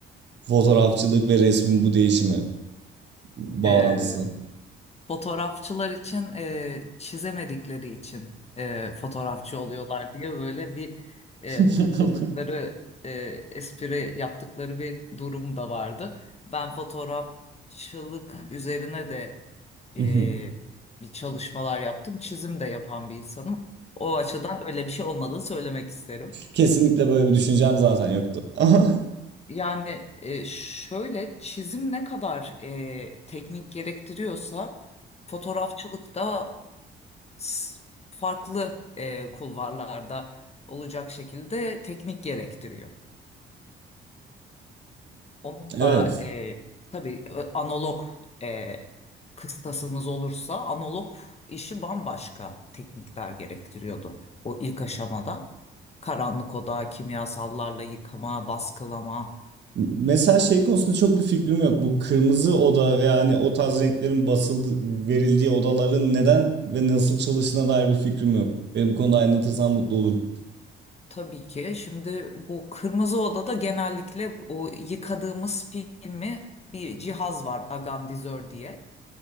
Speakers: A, on the right; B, on the left.
A: Fotoğrafçılık ve resmin bu değişimi, bağlantısı.
B: E, fotoğrafçılar için e, çizemedikleri için e, fotoğrafçı oluyorlar diye böyle bir e,
A: <laughs>
B: takıldıkları e, espri yaptıkları bir durum da vardı. Ben fotoğrafçılık üzerine de e,
A: <laughs>
B: bir çalışmalar yaptım. Çizim de yapan bir insanım. O açıdan öyle bir şey olmadığını söylemek isterim.
A: Kesinlikle böyle bir düşüncem zaten yoktu. <laughs>
B: Yani e, şöyle çizim ne kadar e, teknik gerektiriyorsa fotoğrafçılıkta s- farklı e, kulvarlarda olacak şekilde teknik gerektiriyor. Onun
A: Evet.
B: da e, tabii e, analog e, kıstasınız olursa analog işi bambaşka teknikler gerektiriyordu. O ilk aşamada karanlık oda, kimyasallarla yıkama, baskılama.
A: Mesela şey konusunda çok bir fikrim yok. Bu kırmızı oda ve hani o tarz renklerin basıldı, verildiği odaların neden ve nasıl çalıştığına dair bir fikrim yok. Beni bu konuda aydınlatırsan mutlu olurum.
B: Tabii ki şimdi bu kırmızı odada genellikle o yıkadığımız filmi bir cihaz var agandizör diye.